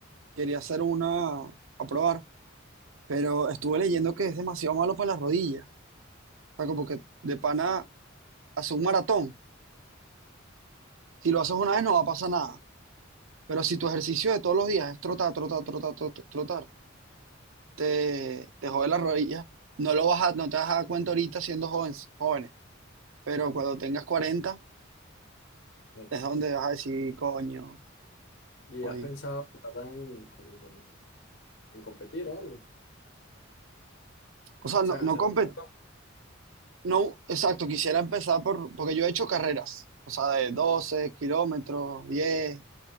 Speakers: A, on the right; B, on the left.
A: quería hacer una a probar, pero estuve leyendo que es demasiado malo para las rodillas. O sea, como que de pana hacer un maratón, si lo haces una vez no va a pasar nada. Pero si tu ejercicio de todos los días es trotar, trotar, trotar, trotar, trotar, te, te jode la rodilla. No lo vas a, no te vas a dar cuenta ahorita siendo jóvenes, jóvenes, pero cuando tengas 40
B: claro.
A: es donde vas a decir, coño,
B: ¿Y
A: oye".
B: has pensado, verdad, en, con- con- en competir o algo? O
A: O sea,
B: sea,
A: no,
B: en
A: no,
B: hacer
A: compe-
B: un maratón.
A: no, exacto, quisiera empezar por, porque yo he hecho carreras, o sea, de 12 kilómetros, 10